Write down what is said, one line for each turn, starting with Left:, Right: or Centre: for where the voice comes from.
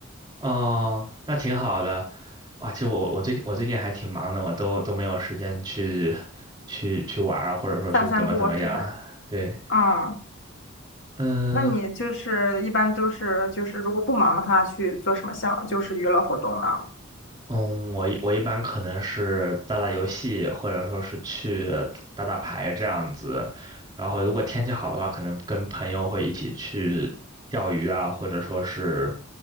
Right: 哦，那挺好的。哇，其实我我最近我最近还挺忙的，我都都没有时间去去去玩儿或者说去怎么怎么样啊。
Left: <laughs> 散散步啊是的。
Right: 对，
Left: 嗯，
Right: 嗯，
Left: 那你就是一般都是就是如果不忙的话，去做什么项就是娱乐活动呢？
Right: 嗯，我一我一般可能是打打游戏，或者说是去打打牌这样子。然后如果天气好的话，可能跟朋友会一起去钓鱼啊，或者说是